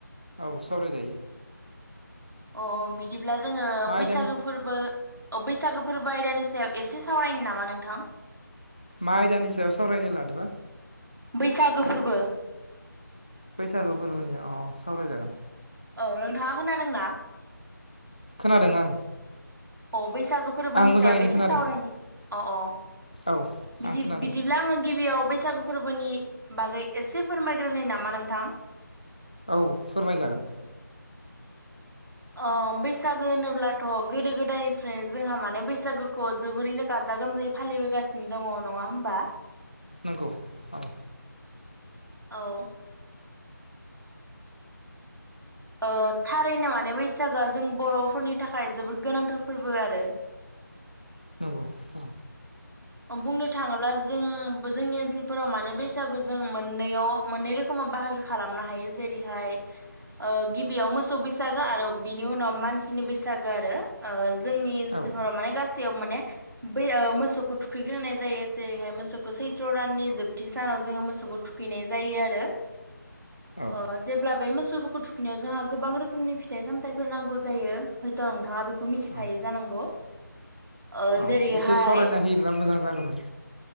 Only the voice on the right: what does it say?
अ बिदिब्ला जोङो
बैसागो फोरबो औ बैसागो फोरबो आयदानि सायाव एसे सावरायनि नामा नोंथां?
बैसागो फोरबो।
औ नोंथाङा खोनादोंना
अ बैसागो फोरबोनि
सायाव एसे
सावरायनि अ अ
बिदि-बिदिब्ला
आङो गि बियाव बैसागो फोरबोनि बागै एसे फोरमायग्रोनि नामा नोंथां?
अ बैसागो होनोब्लाथ' गोदो गोदायनिफ्राय जोंहा माने बैसागोखौ जोबोरैनो गाजा गोमजायै फालिबोगासिनो दङ नङा होमबा?
औ ओ थारैनो माने बैसागोआ जों बर'फोरनि थाखाय जोबोद गोनांथार फोरबो आरो
अ बुंनो थाङोब्ला जों बो जोंनि ओनसोलफोराव माने बैसागु जों मोननैयाव मोननै रोखोमाव बाहागो खालामनो हायो जेरैहाय ओ गिबियाव मोसौ बैसागो आरो बिनि उनाव मानसिनि बैसागो आरो ओ जोंनि ओनसोलफोराव
माने गासै <unintelligible> माने बै ओ मोसौखौ थुखैग्रोनाय जायो जेरैहाय मोसौखौ सैथ्र' दाननि जोबथि सानाव जोङो मोसौखौ थुखैनाय जायो आरो।
ओ जेब्ला बे मो सौफोरखौ थुखैनायाव जोंहा गोबां रोखोमनि फिथाइ सामथाइफोर नांगौ जायो हयथ' नोंथाङा बेखौ मिथिखायो
जानांगौ। ओ
जेरैहाय